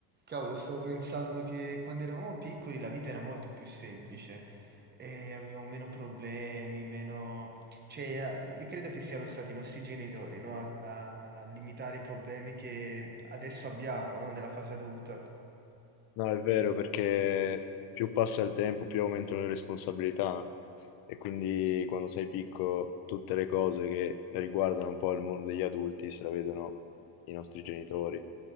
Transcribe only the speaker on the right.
Cavolo, stavo pensando che quando eravamo piccoli la vita era molto più semplice e avevamo meno problemi, meno... Cioè, a- io credo che siano stati i nostri genitori, no, A, a limitare i problemi che adesso abbiamo, no, Nella fase adulta.